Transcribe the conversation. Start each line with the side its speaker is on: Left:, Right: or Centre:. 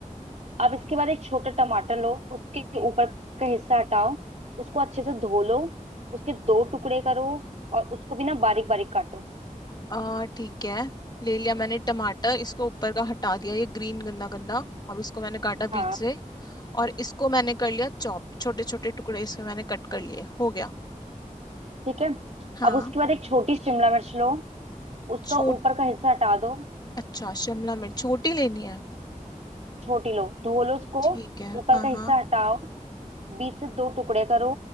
Right: अब इसके बाद एक छोटा टमाटर लो उसके ऊपर का हिस्सा हटाओ उसको अच्छे से धो लो उसके दो टुकड़े करो और उसको भी ना बारीक बारीक काटो
Left: आ ठीक है ले लिया मैंने टमाटर इसको ऊपर का हटा दिया ये ग्रीन गंदा गंदा अब इसको मैंने काटा
Right: हाँ
Left: बीच से और इसको मैंने कर लिया चॉप छोटे छोटे टुकड़े इसके मैंने कट कर लिए हो गया
Right: ठीक है
Left: हाँ
Right: अब उसके बाद एक छोटी शिमला मिर्च लो उसका
Left: छोटी
Right: ऊपर का हिस्सा हटा दो
Left: अच्छा शिमला मिर्च छोटी लेनी है
Right: छोटी लो धो लो उसको
Left: ठीक है
Right: ऊपर
Left: हाँ
Right: का हिस्सा
Left: हाँ
Right: हटाओ बीच से दो टुकड़े करो